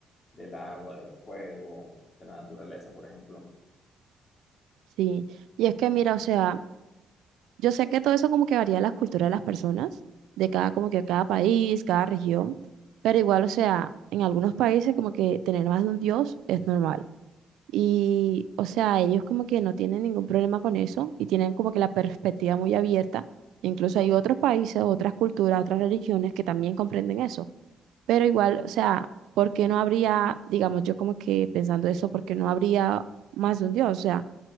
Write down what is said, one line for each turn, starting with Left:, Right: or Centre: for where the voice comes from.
Left: del agua, del fuego, de la naturaleza, por ejemplo.
Right: sí. Y es que mira, o sea, yo sé que todo eso como que varía de las culturas de las personas, de cada, como que cada país, cada región, pero igual, o sea, en algunos países como que tener más de un dios es normal. Y, o sea, ellos como que no tienen ningún problema con eso y tienen como que la perspectiva muy abierta. Incluso hay otros países, otras culturas, otras religiones que también comprenden eso. Pero igual, o sea, ¿por qué no habría, digamos, yo como que pensando eso, ¿por qué no habría más de un dios? O sea,